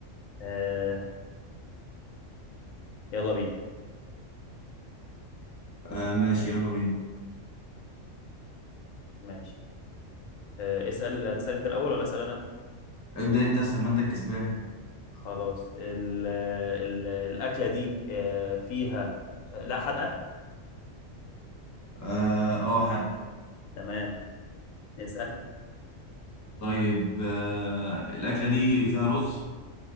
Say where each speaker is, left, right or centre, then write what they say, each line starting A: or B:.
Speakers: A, on the left (about 90°); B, on the left (about 20°).
A: أه... يلا بينا
B: آه ماشي يلا بينا
A: ماشي أه... اسأل هتسأل أنت الأول ولا أسأل أنا
B: ابدأ انت اسأل ما انت الكسبان
A: خلاص ال ال الأكلة دي آه، فيها آه، لا حدقة
B: اه اه حد
A: تمام نسأل
B: طيب آه الأكلة دي فيها رز